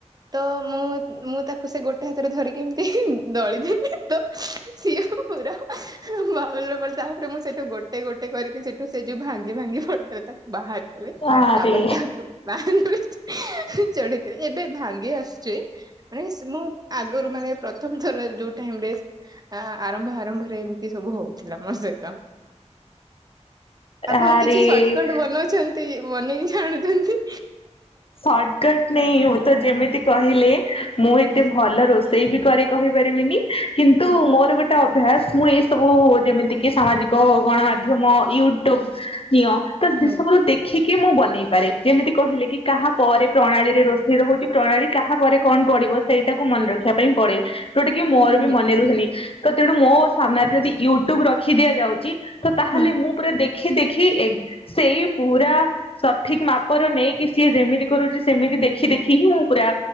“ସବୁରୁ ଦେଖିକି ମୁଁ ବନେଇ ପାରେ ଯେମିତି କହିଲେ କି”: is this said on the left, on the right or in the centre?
Left